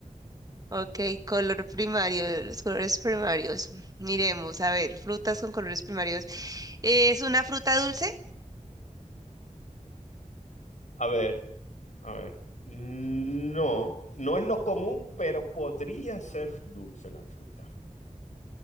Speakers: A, on the right; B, on the left.
A: Ok, color primario, los colores primarios. Miremos, a ver, frutas con colores primarios. ¿Es una fruta dulce?
B: A ver. A ver, no, no es lo común, pero podría ser dulce la fruta.